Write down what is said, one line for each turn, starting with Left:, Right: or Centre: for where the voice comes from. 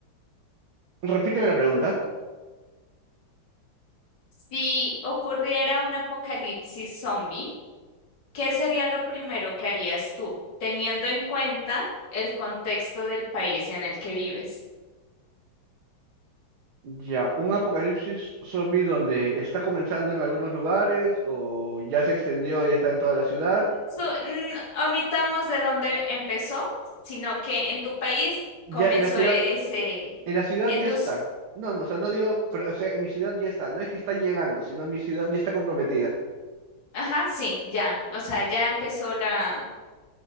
Right: repíteme la pregunta.
Left: Si ocurriera un apocalipsis zombie, ¿qué sería lo primero que harías tú, teniendo en cuenta el contexto del país en el que vives?
Right: Ya, ¿un apocalipsis zombie donde está comenzando en algunos lugares o ya se extendió y está en toda la ciudad?
Left: Su- n- omitamos de dónde empezó, sino que en tu país
Right: Ya,
Left: comenzó
Right: en la ciudad,
Left: e- ese,
Right: en la ciudad
Left: en
Right: ya
Left: tus,
Right: está. No, no, o sea, no digo, pero, o sea, en mi ciudad ya está. No es que está llegando, sino mi ciudad ya está comprometida.
Left: ajá, sí, ya, o sea, ya empezó la,